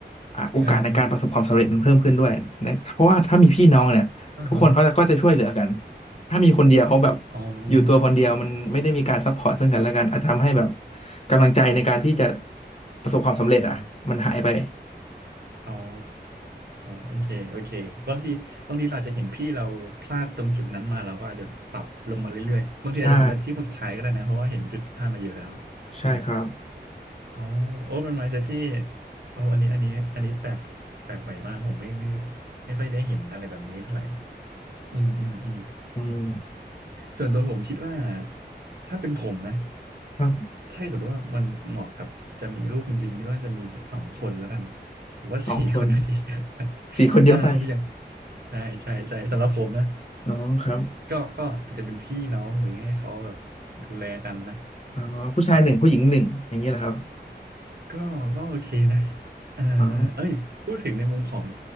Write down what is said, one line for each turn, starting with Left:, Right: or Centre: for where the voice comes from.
Left: อ่าโอกาสในการประสบความสำเร็จมันเพิ่มขึ้นด้วยนะเพราะว่าถ้ามีพี่น้องเนี่ยทุกคนเขาจะก็จะช่วยเหลือกัน
Right: อ่าฮะอ่าฮะอ่าฮะ
Left: ถ้ามีคนเดียวเขาแบบ
Right: อ๋อ
Left: อยู่ตัวคนเดียวมันไม่ได้มีการซัพพอร์ตซึ่งกันและกันอาจทำให้แบบกำลังใจในการที่จะประสบความสำเร็จอ่ะมันหายไป
Right: อ๋อโอเคโอเคบางทีบางทีเราอาจจะเห็นพี่เราพลาดตรงจุดนั้นมาเราก็อาจจะปรับลงมาเรื่อยๆ บางทีอาจจะสำเร็จที่คนสุดท้ายก็ได้นะเพราะว่าเห็นจุดผิดพลาดมาเยอะแล้วใช่ไหม
Left: ใช่ใช่ครับ
Right: อ๋อโอ้เป็น mindset ที่โอ้อันนี้อันนี้อันนี้แปลกแปลกใหม่มากผมไม่ไม่ไม่ค่อยได้เห็นอะไรแบบนี้เท่าไหร่ อืมอืมอืม
Left: อืม
Right: ส่วนตัวผมคิดว่าถ้าเป็นผมนะ
Left: ครับ
Right: ถ้าเกิดว่ามันเหมาะกับจะมีลูกจริงๆคิดว่าจะมีสักสองคนแล้วกันผมว่าสี่คนน่าจะเยอะไป
Left: สองคน
Right: <laughs>
Left: สี่คนเยอะไป
Right: เอออย่างใช่ใช่ใช่สำหรับผมนะ
Left: <laughs> อ๋อครับ
Right: ก็ก็อาจจะเป็นพี่น้องอะไรเงี้ยให้เขาแบบดูแลกันนะ
Left: อ๋อผู้ชายหนึ่งผู้หญิงหนึ่งอย่างนี้แหละครับ
Right: อ่าก็ก็โอเคนะเออเออเอ้ยพูดถึงในมุมของ
Left: อ๋อ